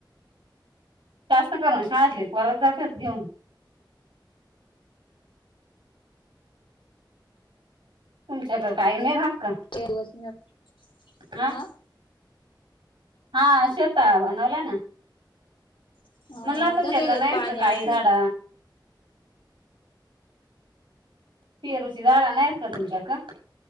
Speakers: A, on the right; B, on the left.
A: जास्त करून शाळेतले पोरच जात्यात घेऊन तुमच्याकड काही नाही राहत का
B: <unintelligible>
A: हा
B: आं
A: हा श्वेता बोला ना
B: अ
A: म्हणल तुमच्याकड
B: तर त्याच्यात
A: नाही आहेत
B: पाणी
A: का काही
B: असेल
A: झाड पेरुची झाडं नाही आहेत काय तुमच्याकड